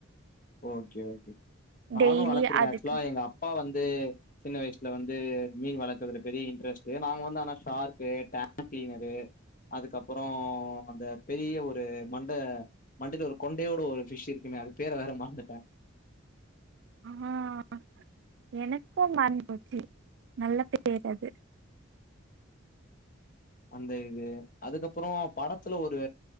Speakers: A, on the left; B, on the right.
A: ஓகே ஓகே நானும்
B: டெய்லி
A: வளத்திருக்கேன்
B: அதுக்கு
A: ஆக்சுவலா யெங்க அப்பா வந் து சின்ன வயசுல வந்து மீன் வளக்கறதுல பெரிய யின்ட்ரஸ்ட்டு. நாங்க வந்து ஆனா ஷார்க்கு, டேங்க் கிளினரு அதுக்கப்புறம் அந்த பெரிய ஒரு மண்ட மண்டைல ஒரு கொண்டையோட ஒரு ஃபிஷ் யிருக்குமே அது பேர வேற மற ந்திட்ட
B: ஆஹ் எனக்கும் மறந்துபோச்சி நல்ல பேரது
A: அந்த இது அதுக்கப்றம் படத்துல ஒரு